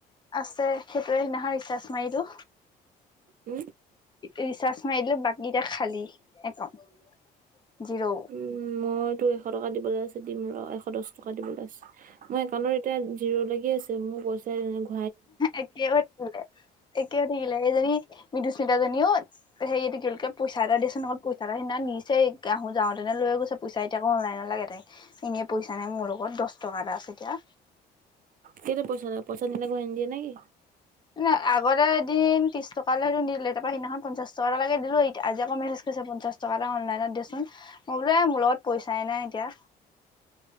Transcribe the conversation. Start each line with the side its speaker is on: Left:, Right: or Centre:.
Left: আছে সেইটোৱে সিদনাখন ৰিচাৰ্জ মাৰিলো।
Right: উম'
Left: ৰিচাৰ্জ মাৰিদিলো বাকী এটিয়া খালী, একাউণ্ট। জিৰ'
Right: উম মই তোৰ এশ টকা দিবলে আছে দিম ৰ, এশ দশ টকা দিবলে আছে। মোৰ একাউন্টত এতিয়া জিৰ' লা গি আছে, মোৰ পইচাই নাই।
Left: একে হৈ থাকিলে, একে হৈ থাকিলে সেইজনী মৃদুস্মিতা জনীও হেৰী এইটো কি বুলি কয়, পইচা এটা দেছোনত অকল পইচা এটা সেদিনাখন নিছেই আহো যাওঁতেনে লৈ লৈ গৈছে পইচা এতিয়া আকৌ অনলাইনত লাগে তাইক, এনেই পইচা নাই মোৰ লগত দশ টকা এটা আছে। এতিয়া
Right: কেলে পইচা লাগে পইচা নিলে আকৌ নিদিয়ে নে কি?
Left: নাই, আগতে এদিন ত্ৰিশ টক কালি সেইটো নিদিলে, তাৰপা সেদিনাখন পঞ্চাশ টকা এটা লাগে দিলো, ইট-আজি আকৌ মেছেজ কৰিছে পঞ্চাশ টকা এটা অনলাইনত দেচোন। মই বোলো এ, মোৰ লগত পইচাই নাই এতিয়া।